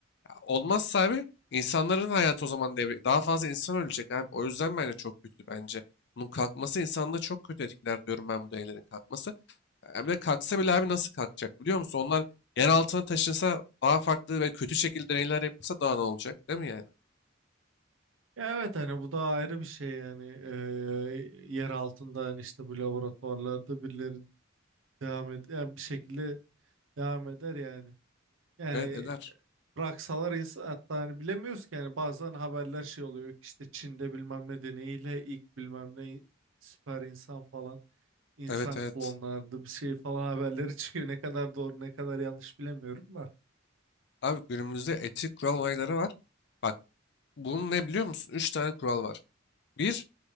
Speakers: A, on the left; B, on the right.
A: Ya olmazsa abi insanların hayatı o zaman devre daha fazla insan ölecek abi. O yüzden bence çok kötü bence. Bunun kalkması insanlığı çok kötü etkiler diyorum ben bu deneylerin kalkması. Ya bir de kalksa bile abi nasıl kalkacak biliyor musun? Onlar yer altına taşınsa daha farklı ve kötü şekilde deneyler yapılsa daha ne olacak değil mi yani?
B: Ya evet hani bu da ayrı bir şey yani. E, yer altında hani işte bu laboratuvarlarda birileri devam et yani bir şekilde devam eder yani. Yani
A: Evet eder.
B: bıraksalar insan hatta hani bilemiyoruz ki yani bazen haberler şey oluyor ki işte Çin'de bilmem ne deneyiyle ilk bilmem ne süper insan falan insan
A: Evet evet.
B: klonlardı bir şey falan haberleri <laughs> çıkıyor. Ne kadar doğru ne kadar yanlış bilemiyorum da.
A: Abi günümüzde etik kural olayları var. Bak bunun ne biliyor musun? Üç tane kural var. Bir